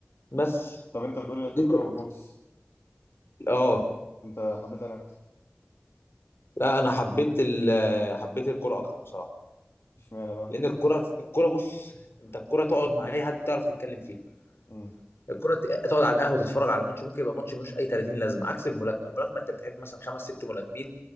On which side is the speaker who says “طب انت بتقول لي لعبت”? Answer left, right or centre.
Left